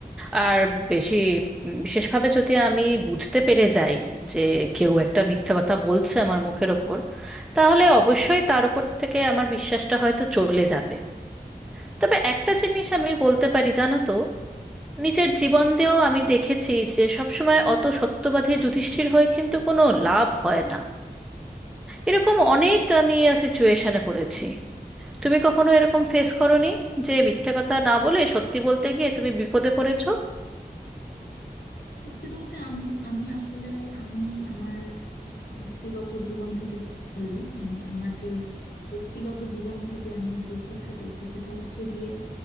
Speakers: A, in the centre; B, on the left.
A: আর বেশি বিশেষভাবে যদি আমি বুঝতে পেরে যাই যে কেউ একটা মিথ্যা কথা বলছে আমার মুখের ওপর তাহলে অবশ্যই তার উপর থেকে আমার বিশ্বাসটা হয়তো চলে যাবে তবে একটা জিনিস আমি বলতে পারি জানো তো নিজের জীবন দিয়েও আমি দেখেছি যে সবসময় অত সত্যবাদী যুধিষ্ঠির হয়ে কিন্তু কোনো লাভ হয় না এরকম অনেক আমি সিচুয়েশনে পড়েছি তুমি কখনো এরকম ফেস করোনি যে মিথ্যে কথা না বলে সত্যি বলতে গিয়ে তুমি বিপদে পড়েছো
B: সত্যি বলতে আমি আমি আসলে আমি আমার ব্যক্তিগত জীবন থেকে যে বলি মানে আমার যে ব্যক্তিগত জীবন থেকে আমি যে শিক্ষা পেয়েছি সেটা হচ্ছে গিয়ে